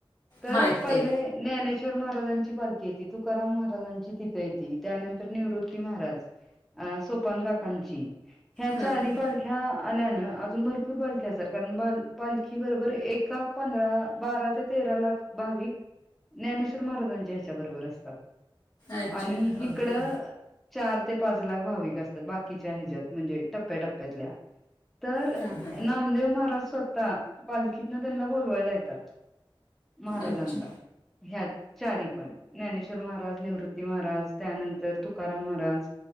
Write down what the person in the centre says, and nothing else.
तर
पहिल ज्ञानेश्वर... श्वर महाराजांची पालखी येती तुकाराम महाराजांची तिथे येती त्यानंतर निवृत महाराज सोपन काकांची ह्या
चारी पालख्या आल्यान... अजून भरपूर पालख्या असतात कारण पालखी बरोबर एका पंधरा बारा ते तेरा लाख.. भाविक ज्ञानेश्वर महाराजांच्या ह्याच्या बरोबर असतात..
आणि हिकडं..
चार ते पाच लाख भाविक असतात बाकीच्या ह्याच्यात म्हणजे टप्प्याटप्प्यातल्या.. तर
नामदेव महाराज स्वतः पालखीतन त्यांना बोलवायला येतात... महाराजांला
ह्या... चारी पण ज्ञानेश्वर महाराज निवृत्ती महाराज त्यानंतर तुकाराम महाराज...